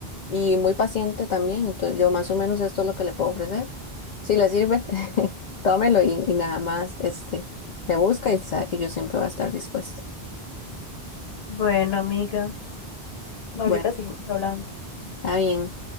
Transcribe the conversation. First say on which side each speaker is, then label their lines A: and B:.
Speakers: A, on the left; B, on the left.
A: y muy paciente también. Entonces yo más o menos esto es lo que le puedo ofrecer. Si le sirve, <laughs> tómelo y, y nada más, este, me busca y sabe que yo siempre voy a estar dispuesta.
B: Bueno, amiga, ahorita
A: Bueno,
B: seguimos hablando.
A: está bien.